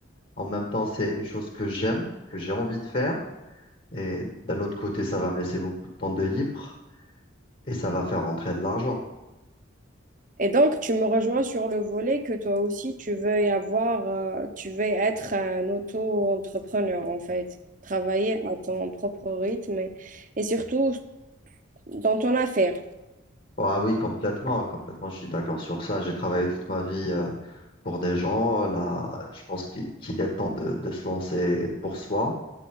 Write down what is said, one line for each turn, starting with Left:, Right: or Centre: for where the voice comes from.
Left: En même temps, c'est une chose que j'aime, que j'ai envie de faire. Et d'un autre côté, ça va me laisser beaucoup de temps de libre et ça va faire rentrer de l'argent.
Right: Et donc, tu me rejoins sur le volet que toi aussi, tu veux y avoir, euh, tu veux être un auto-entrepreneur, en fait, travailler à ton propre rythme et, et surtout dans ton affaire.
Left: Ah oui, complètement, complètement, je suis d'accord sur ça. J'ai travaillé toute ma vie euh, pour des gens. Là, je pense qu'il qu'il est temps de, de se lancer pour soi